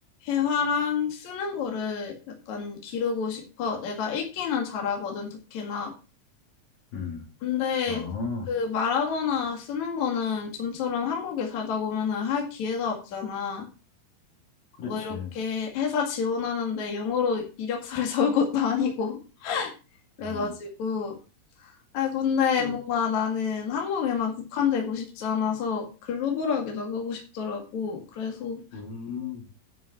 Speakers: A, on the left (about 55°); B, on the left (about 70°).
A: 회화랑 쓰는 거를 약간 기르고 싶어. 내가 읽기는 잘하거든, 독해나.
B: 음,
A: 근데
B: 아.
A: 그 말하거나 쓰는 거는 좀처럼 한국에 살다 보면은 할 기회가 없잖아.
B: 그렇지.
A: 뭐 이렇게 회사 지원하는데 영어로 이력서를 <laughs> 적을 것도 아니고. 그래가지고.
B: 어.
A: 아, 근데
B: 그,
A: 뭔가 나는 한국에만 국한되고 싶지 않아서 글로벌하게 나가고 싶더라고. 그래서
B: 음.